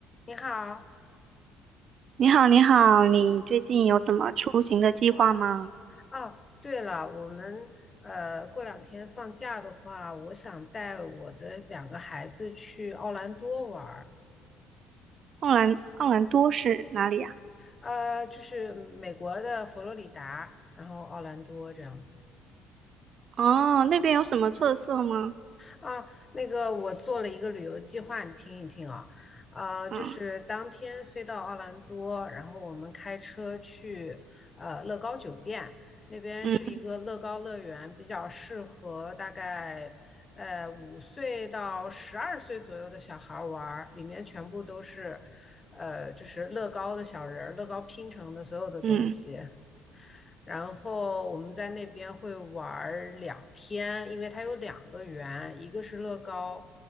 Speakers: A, on the left; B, on the right.
A: 你好，
B: 你好，你好，你最近有什么出行的计划吗？
A: 哦，对了，我们呃过两天放假的话，我想带我的两个孩子去奥兰多玩儿，
B: 奥兰奥兰多是哪里呀、
A: 呃，就是美国的佛罗里达，然后奥兰多这样子。
B: 哦，那边有什么特色吗？
A: 啊，那个我做了一个旅游计划，你听一听啊，啊，就是当天飞到奥兰多，
B: 嗯
A: 然后我们开车去呃乐高酒店，那边是一个乐高乐园，
B: 嗯
A: 比较适合大概呃五岁到十二岁左右的小孩玩儿，里面全部都是呃就是乐高的小人儿，乐高拼成的所有的东西。
B: 嗯
A: 然后我们在那边会玩两天，因为它有两个园，一个是乐高，